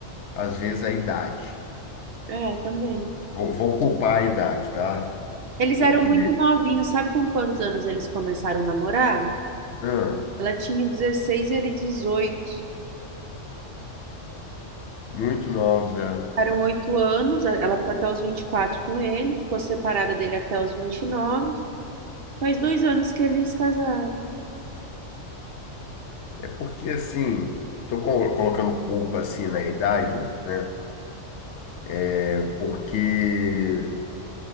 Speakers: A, on the left (about 70°); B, on the right (about 60°).
A: às vezes, a idade.
B: É, também.
A: Vou, vou culpar a idade, tá?
B: Eles
A: Porque,
B: eram muito novinhos, sabe com quantos anos eles começaram a namorar?
A: ah,
B: Ela tinha 16 e ele 18.
A: muito novos, né?
B: Ficaram oito anos, a- ela ficou até os 24 com ele, ficou separada dele até os 29. Faz dois anos que eles casaram.
A: É porque, assim, tô co- colocando culpa, assim, na idade, né? É porque